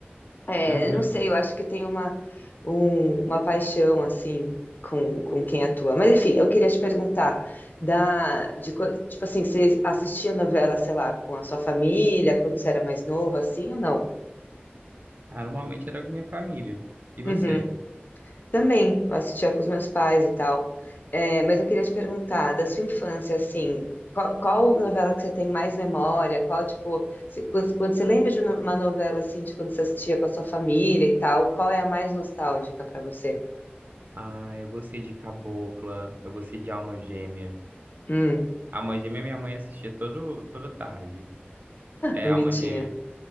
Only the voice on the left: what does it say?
É,
eu não sei, eu acho que tem uma, um- uma paixão assim com, com quem atua. Mas enfim, eu queria te perguntar da de co- tipo assim, você assistia novela, sei lá, com a sua família quando você era mais novo, assim ou não?
Uhum. Também, eu assistia com os meus pais e tal. É, mas eu queria te perguntar da sua infância, assim, qual, qual novela que você tem mais memória? Qual tipo, se- quando, quando você lembra de uma novela assim, de quando você assistia com a sua família e tal, qual é a mais nostálgica para você?
Hum,
bonitinha.